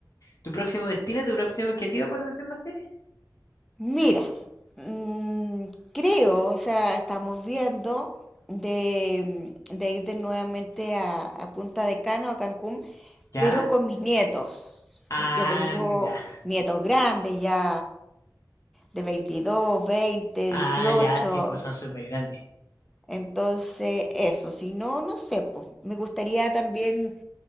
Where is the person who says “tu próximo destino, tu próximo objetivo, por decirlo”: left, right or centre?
Left